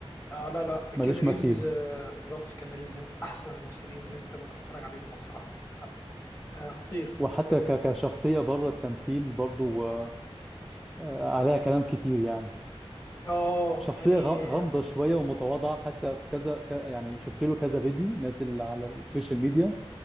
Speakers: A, on the left (about 25°); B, in the centre.
A: آه لا لا
B: ملوش
A: كين ريفز
B: مثيل
A: آه، بالظبط كين ريفز من احسن الممثلين اللي انت ممكن تتفرج عليهم الصراحه يعني لا آه خطير
B: وحتى
A: كين
B: ك-
A: ريفز
B: كشخصية بره التمثيل برضو آه، آه، عليها كلام كتير يعني
A: اه
B: شخصية
A: يعني
B: غ- غامضة
A: آه،
B: شوية ومتواضعة حتى في كذا ك- يعني شفت له كذا فيديو نازل على السوشيال ميديا